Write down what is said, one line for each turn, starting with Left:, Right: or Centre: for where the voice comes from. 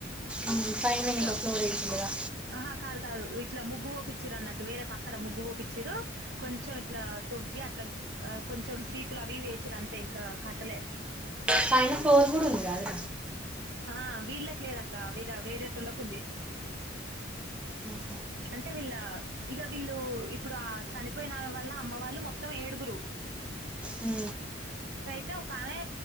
Centre: ఉమ్, పైన
Right: అంటేగావ్
Centre: ఇంకో ఫ్లోర్ ఇచ్చిందిగా
Right: ఆహా కాదు కాదు ఇట్లా ముగ్గు వోపి చ్చిరు అన్నట్టు వేరే పక్కన ముగ్గు పోపిచ్చిరు కొంచెం ఇట్లా తొవ్వి ఇలా కొంచెం సీకులు అవి వేసిరు అంతే ఇంకా కట్టలే
Centre: పైనకు పోకు ఈయల
Right: ఆ వీళ్ళకు లేదు అక్క విధా వేరేటోళ్లకు ఉంది
Centre: ఉమ్,
Right: అంటే వీళ్ళ ఇక వీళ్ళు ఇప్పుడు ఆ చనిపోయిన ఆమె వల్ల అమ్మ వాళ్ళు మొత్తం ఏడుగురు
Centre: ఉ
Right: తే ఒక ఆమె